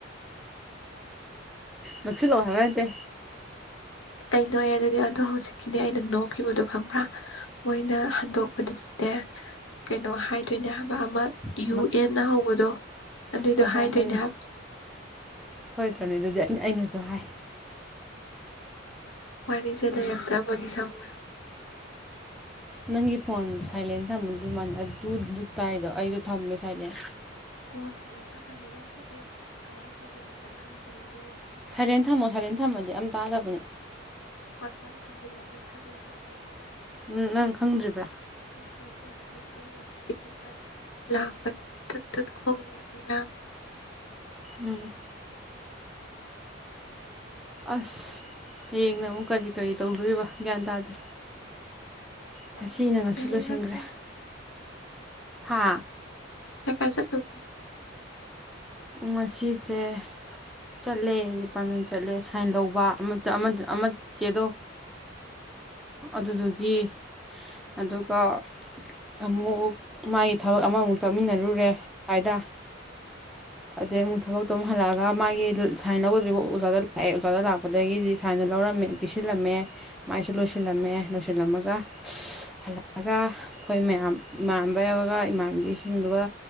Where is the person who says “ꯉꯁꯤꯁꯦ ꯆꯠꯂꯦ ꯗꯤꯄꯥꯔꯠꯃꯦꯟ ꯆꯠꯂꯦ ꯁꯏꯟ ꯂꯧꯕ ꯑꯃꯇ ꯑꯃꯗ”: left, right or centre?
Centre